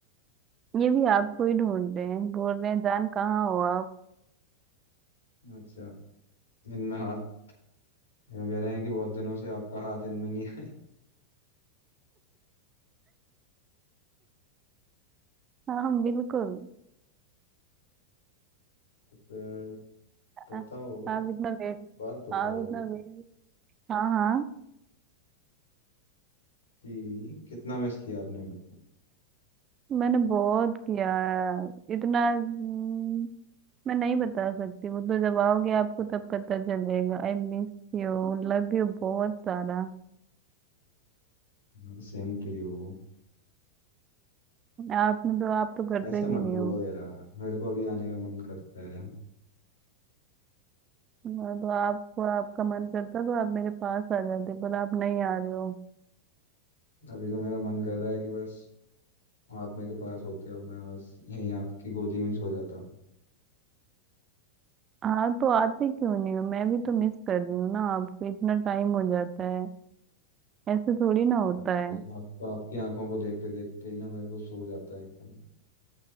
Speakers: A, on the right (about 25°); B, on the left (about 60°).
A: ये भी आपको ही ढूंढ रहे हैं बोल रहे हैं जान कहाँ हो आप
B: अच्छा इनमें हाथ ये कह रहे हैं कि बहुत दिनों से आपका हाथ इनमें नहीं है।
A: हाँ हम बिल्कुल
B: तो फिर बताओ
A: आ- आप इतना वेट
B: बात बताओ
A: आप इतना वेट हाँ हाँ
B: कि कितना मिस किया आपने मेरे
A: मैंने बहुत किया है। इतना हम्म, मैं नहीं बता सकती वो तो जब आओगे आपको तब पता चलेगा I miss you Love you बहुत सारा
B: को Same to you
A: आपने तो आप तो करते
B: ऐसे
A: भी
B: मत
A: नहीं
B: बोलो
A: हो
B: यार मेरे को अभी आने का मन करता है
A: मैं तो आपको आपका मन करता तो आप मेरे पास आ जाते पर आप नहीं आ रहे हो
B: अभी तो मेरा मन कर रहा है कि बस आप मेरे पास होते हो मैं बस यहीं आपकी गोदी में ही सो जाता
A: हाँ तो आते क्यों नहीं हो मैं भी तो मिस कर रही हूँ ना आपको इतना टाइम हो जाता है ऐसे थोड़ी ना होता
B: आप,
A: है
B: आप आपकी आंखों को देखते देखते ही ना मेरे को सो जाता है एकदम